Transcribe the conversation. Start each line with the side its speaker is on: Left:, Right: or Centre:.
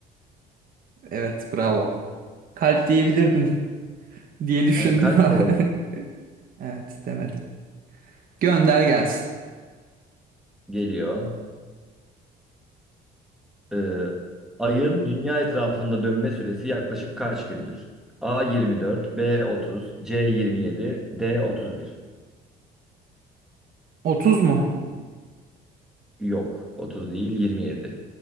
Right: Evet, bravo. Kalp diyebilirdin diye düşündüm.
Centre: Hani kalp
Right: <laughs>
Centre: olarak
Right: Evet, demedim. Gönder gelsin.
Centre: geliyor. Ee, ayın dünya etrafında dönme süresi yaklaşık kaç gündür? A 24, B 30, C 27, D 31.
Right: 30 mu?
Centre: Yok, 30 değil 27.